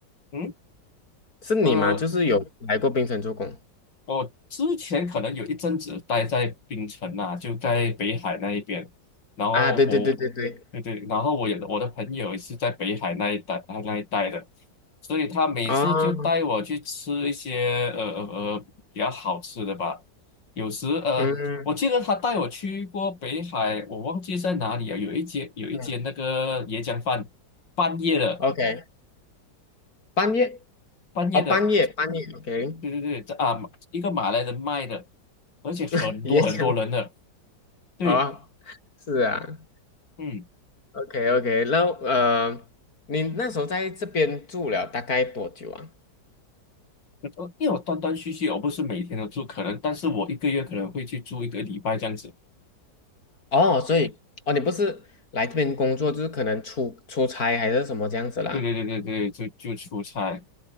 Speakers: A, on the left (about 85°); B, on the left (about 55°).
A: 嗯
B: 是你吗？
A: 呃
B: 就是有来过槟城做工
A: 我之前可能有一阵子待在槟城啊，就在北海那一边，然后我，
B: 啊？对对对对对，
A: 对对，然后我有的我的朋友也是在北海那一带那那一带的，所以他每次就带我去吃一些呃呃呃比较好吃的吧，
B: 哦，
A: 有时呃，
B: 嗯
A: 我记得他带我去过北海，我忘记在哪里了，有一间有一间那个椰浆饭，
B: 嗯
A: 半夜的
B: ，OK，半夜
A: 半夜的。
B: 哦，半夜半夜，OK，
A: 对对对，这啊，一个马来人卖的，而且很多很多人的，
B: <laughs> 也想
A: 对，
B: 哦，是啊
A: 嗯，
B: ，OK OK，那呃，你那时候在这边住了大概多久啊？
A: 呃因为我断断续续，我不是每天都住，可能，但是我一个月可能会去住一个礼拜这样子，
B: 哦，所以哦，你不是来这边工作，就是可能出出差还是什么这样子啦？
A: 对对对对对，就就出差，